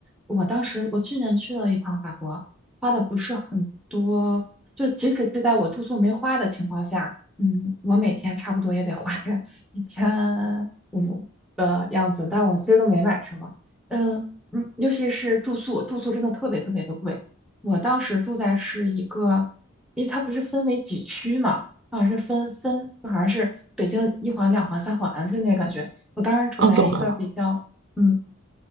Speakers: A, in the centre; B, on the right.
A: 我当时我去年去了一趟法国，花的不是很多，就即使是在我住宿没花的情况下，嗯，我每天差不多也得花个 <laughs> 一千五的样子，但我其实都没买什么。嗯嗯，尤其是住宿，住宿真的特别特别的贵。我当时住在是一个，因为它不是分为几区嘛。好像是分分，就好像是北京一环、两环、三环，的那感觉。我当时处在一个比较嗯
B: 哦，怎么了？